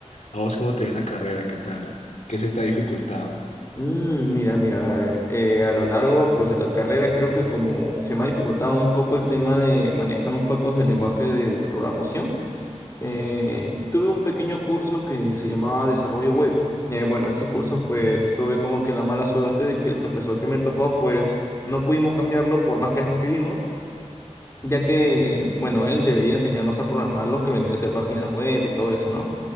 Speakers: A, on the left; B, on the left.
A: A vos, ¿cómo te dio en la carrera? ¿Qué tal? ¿Qué se te ha dificultado?
B: Mm, mira, mira, a ver, eh, a lo largo pues de la carrera creo que como se me ha dificultado un poco el tema de manejar un poco el lenguaje de programación. Eh, tuve un pequeño curso que se llamaba Desarrollo Web. Eh, bueno, ese curso pues tuve como que la mala suerte de que el profesor que me tocó pues no pudimos cambiarlo por más quejas que dimos, ya que bueno, él debería enseñarnos a programar lo que vendría a ser páginas web y todo eso, ¿no?